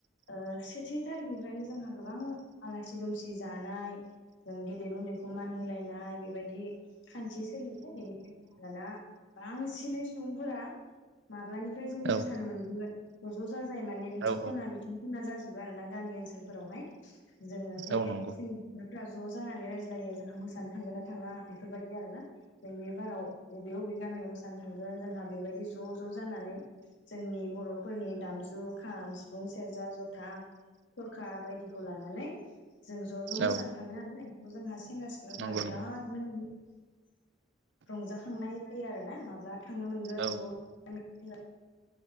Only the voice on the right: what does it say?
औ
औ
औ नंगौ
औ
नंगौ
नंगौ
औ